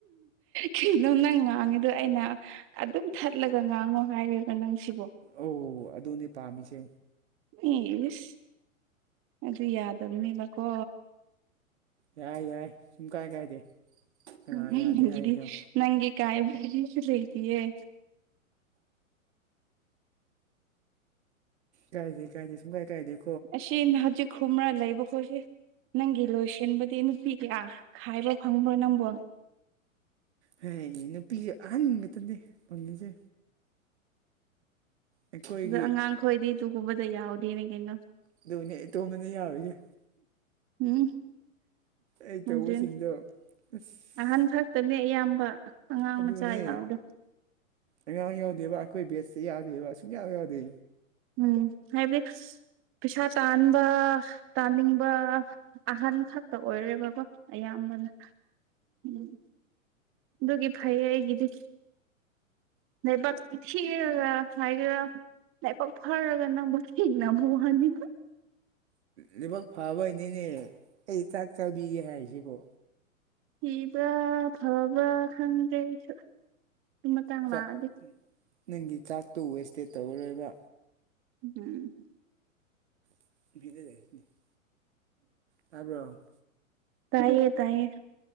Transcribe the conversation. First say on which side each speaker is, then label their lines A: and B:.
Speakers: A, on the right; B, on the right.
A: ꯀꯩꯅꯣ ꯅꯪ ꯉꯥꯡꯉꯤꯗꯣ ꯑꯩꯅ ꯑꯗꯨꯝ ꯊꯠꯂꯒ ꯉꯥꯡꯉꯣ ꯍꯥꯏꯔꯤꯕ ꯅꯪꯁꯤꯕꯣ
B: ꯑꯣ ꯑꯗꯨꯅꯦ ꯄꯥꯝꯃꯤꯁꯦ
A: ꯏꯁ ꯑꯗꯨ ꯌꯥꯗꯕꯅꯦꯕꯀꯣ
B: ꯌꯥꯏ ꯌꯥꯏ ꯁꯨꯡ ꯀꯥꯏ ꯀꯥꯏꯗꯦ ꯀꯅꯥ
A: ꯎꯝ
B: ꯌꯥꯗꯦ ꯍꯥꯏꯔꯤꯅꯣ
A: ꯒꯤꯗꯤ ꯅꯪꯒꯤ ꯀꯥꯏꯕꯗꯤ ꯀꯔꯤꯁꯨ ꯂꯩꯇꯤꯑꯦ
B: ꯀꯥꯏꯗꯦ ꯀꯥꯏꯗꯦ ꯁꯨꯡꯀꯥꯏ ꯀꯥꯏꯗꯦ
A: ꯑꯁꯤꯅ ꯍꯧꯖꯤꯛ ꯈꯨꯨꯝꯔ ꯂꯩꯕ ꯈꯣꯏꯁꯦ ꯅꯪꯒꯤ ꯂꯣꯏꯁꯤꯟꯕꯗꯤ ꯅꯨꯄꯤ ꯀꯌꯥ ꯈꯥꯏꯕ ꯐꯪꯕ꯭ꯔꯣ ꯅꯪꯕꯣ
B: ꯍꯦꯌꯦ ꯅꯨꯄꯤ ꯑꯍꯟ ꯉꯥꯛꯇꯅꯦ ꯐꯪꯉꯤꯁꯦ ꯑꯩꯈꯣꯏꯒꯤ
A: ꯑꯗ ꯑꯉꯥꯡ ꯈꯣꯏꯗꯤ ꯇꯨꯒꯨꯝꯕꯗ ꯌꯥꯎꯗꯦꯅꯦ ꯀꯩꯅꯣ
B: ꯑꯗꯨꯅꯦ ꯏꯇꯣꯝꯇꯅꯦ ꯌꯥꯎꯔꯤꯁꯦ
A: ꯎꯝ
B: ꯑꯩ ꯇꯧꯕꯁꯤꯡꯗꯣ
A: ꯑꯗꯨꯅꯤ
B: ꯑꯁ
A: ꯑꯍꯟ ꯈꯛꯇꯅꯦ ꯑꯌꯥꯝꯕ ꯑꯉꯥꯡ
B: ꯑꯗꯨꯅꯦ
A: ꯃꯆꯥ ꯌꯥꯎꯗꯦ
B: ꯑꯉꯥꯡ ꯌꯥꯎꯗꯦꯕ ꯑꯩꯈꯣꯏ ꯕꯦꯠꯁꯦ ꯌꯥꯎꯗꯦꯕ ꯁꯨꯡꯌꯥꯎ ꯌꯥꯎꯗꯦ
A: ꯎꯝ ꯍꯥꯏꯕꯗꯤ ꯄꯩꯁꯥ ꯇꯥꯟꯕ ꯇꯥꯟꯅꯤꯡꯕ ꯑꯍꯟ ꯈꯛꯇ ꯑꯣꯏꯔꯦꯕꯀꯣ ꯑꯌꯥꯝꯕꯅ ꯎꯝ ꯗꯨꯒꯤ ꯐꯩꯍꯦ ꯑꯩꯒꯤꯗꯤ <unintelligible> ꯊꯤꯔꯒ ꯍꯥꯏꯒꯦꯔ ꯂꯥꯏꯕꯛ ꯐꯔꯒ ꯅꯪꯕꯨ ꯊꯦꯡꯅꯕ ꯋꯥꯅꯤꯗ
B: ꯂꯩꯕꯛ ꯐꯕꯩꯅꯤꯅꯦ ꯑꯩꯅ ꯆꯥꯛ ꯆꯥꯕꯤꯒꯦ ꯍꯥꯏꯔꯤꯁꯤꯕꯣ
A: ꯊꯤꯕ꯭ꯔ ꯐꯕ꯭ꯔꯥ ꯈꯪꯗ꯭ꯔꯦ ꯑꯩꯁꯨ ꯑꯗꯨ ꯃꯇꯥꯡ
B: ꯆꯥꯛ
A: ꯂꯥꯛꯑꯗꯤ
B: ꯅꯪꯒꯤ ꯆꯥꯛꯇꯣ ꯋꯦꯁꯇꯦꯠ ꯇꯧꯔꯣꯏꯕ
A: ꯎꯝ
B: <unintelligible> ꯇꯥꯕ꯭ꯔꯣ
A: ꯇꯥꯏꯌꯦ ꯇꯥꯏꯌꯦ